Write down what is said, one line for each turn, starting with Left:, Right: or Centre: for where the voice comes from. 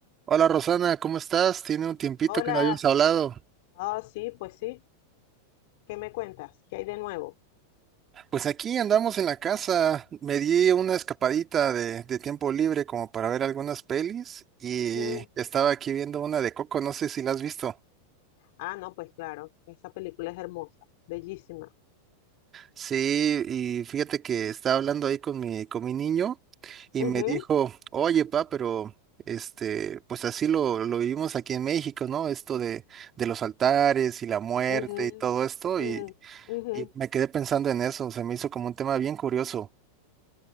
Right: Hola Rosana, ¿cómo estás? Tiene un tiempito
Left: Hola,
Right: que no habíamos hablado.
Left: ah, sí, pues sí, ¿qué me cuentas? ¿Qué hay de nuevo?
Right: Pues aquí andamos en la casa. Me di una escapadita de, de tiempo libre como para ver algunas pelis y
Left: Mm,
Right: estaba aquí viendo una de Coco, no sé si la has visto.
Left: Ah, no, pues claro, esa película es hermosa, bellísima.
Right: Sí, y fíjate que estaba hablando ahí con mi, con mi niño y me
Left: Ujú,
Right: dijo, oye pa, pero este, pues así lo, lo vivimos aquí en México, ¿no? Esto de, de los altares y la muerte
Left: ujú,
Right: y todo esto.
Left: mm,
Right: Y,
Left: ujú.
Right: Y me quedé pensando en eso, se me hizo como un tema bien curioso.